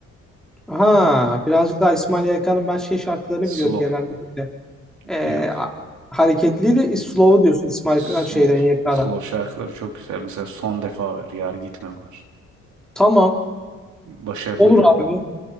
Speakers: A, in the centre; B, on the right.
A: ha birazcık daha İsmail Yaykan'ın ben şey şarkılarını
B: Slow.
A: biliyorum genelde böyle. Ee,
B: Yok.
A: a- hareketliydi. Slow'u diyorsun İsmail
B: Slow.
A: Ka- şeyden YK'dan.
B: Slow şarkıları çok güzel. Mesela Son Defa ver Yar Gitme var.
A: Tamam.
B: Başarılı
A: Olur
B: yani.
A: abi.